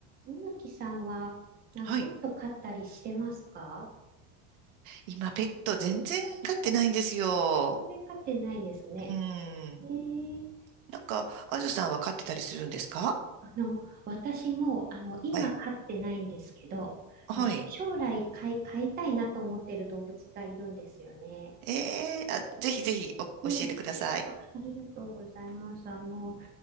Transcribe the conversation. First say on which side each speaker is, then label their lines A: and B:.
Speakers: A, on the right; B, on the right.
A: 野木さんは、なんかペット飼ったりしてますか
B: はい。今、ペット全然飼ってないんですよ。
A: 全然飼ってないですね。
B: うん。
A: えー、
B: なんか、あずさんは飼ってたりするんですか
A: あの、私も、あの、今飼ってないんですけど、
B: はい。はい。
A: こうしょ将来飼い、飼いたいなと思ってる動物がいるんですよね。
B: ええあ、ぜひぜひお教えてください。
A: うん、ありがとうございます。あの、